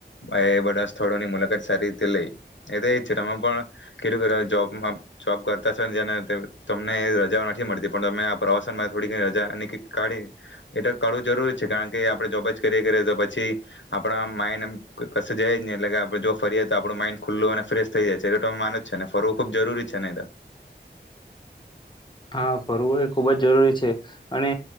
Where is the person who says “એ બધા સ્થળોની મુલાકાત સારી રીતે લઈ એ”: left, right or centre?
Left